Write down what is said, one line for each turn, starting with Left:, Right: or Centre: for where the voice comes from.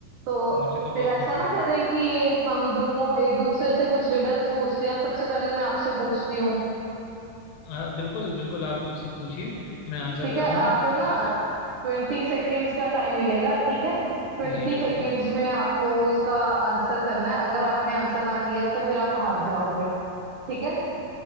Right: तो
Left: मुझे तो बहुत
Right: फिर ऐसा
Left: पसंद
Right: ना
Left: है
Right: करें कि हम दोनों एक दूसरे से कुछ रिडल्स पूछते हैं सबसे पहले मैं आपसे पूछती हूँ
Left: हाँ बिल्कुल बिल्कुल आप मुझसे पूछिए मैं आंसर
Right: ठीक
Left: करूँगा
Right: है आपको ना ट्वेंटी सेकेंड्स का टाइम मिलेगा ठीक है ट्वेंटी
Left: जी बिल्कुल
Right: सेकेंड्स में आपको उसका आंसर करना है अगर आपने आंसर ना किया तो फिर आप हार जाओगे ठीक है